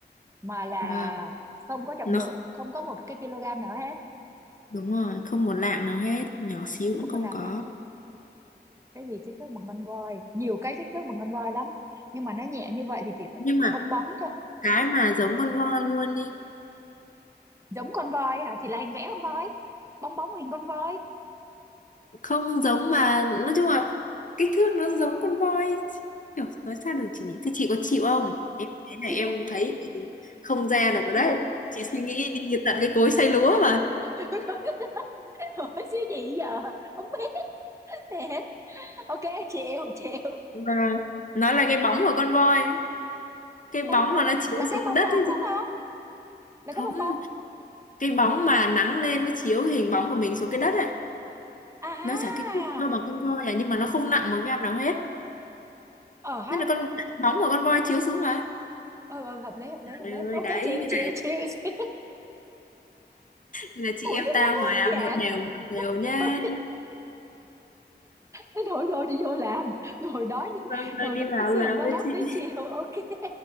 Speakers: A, on the right; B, on the left.
A: mà là
B: vâng
A: không có trọng
B: nó
A: lượng không có một cái kg nào hết
B: đúng rồi không một lạng nào hết nhỏ xíu cũng
A: không
B: không
A: một lần
B: có
A: nào hết cái gì kích thước bằng con voi nhiều cái kích thước bằng con voi lắm nhưng mà nó nhẹ như vậy thì chỉ
B: nhưng mà
A: bong bóng thôi
B: cái mà giống con voi luôn đi
A: giống con voi hả thì là hình vẽ con voi bong bóng hình con voi
B: không giống mà nói chung là kích thước nó giống con voi kiểu nói sao được chị nhỉ thế chị có chịu không em
A: <laughs>
B: thế này
A: chị
B: em thấy thì không ra được rồi đấy
A: từ
B: chị suy nghĩ đi tận cái cối xay lúa mà
A: từ <laughs> Ủa <laughs> xíu gì giờ không biết thiệt ok chịu chịu
B: và nó là cái bóng của con voi cái bóng
A: cái bóng
B: mà nó chiếu
A: là cái
B: xuống
A: bong
B: đất
A: bóng
B: ấy
A: đúng
B: chị
A: không là
B: không
A: cái bong bóng
B: cái bóng mà nắng lên nó chiếu cái hình bóng của mình xuống cái đất ạ
A: à
B: nó chả kích thước to bằng con voi à nhưng mà nó không nặng một gam nào hết
A: ờ ha
B: nên là con bóng của con voi chiếu xuống mà
A: ừ ừ hợp lý hợp lý hợp
B: trời
A: lý
B: ơi
A: ok
B: đấy
A: chịu
B: thế
A: chịu
B: này
A: chịu <laughs> chịu
B: Thế là chị
A: ủi
B: em
A: sao
B: tao
A: nó
B: hòa
A: đơn giản
B: một đều một đều nhá.
A: <laughs> thôi thôi đi vô làm ngồi đói
B: Vâng, thôi
A: ngồi
B: đi
A: đó
B: vào
A: xem
B: làm
A: mới
B: với
A: lát
B: chị.
A: tới chiều ok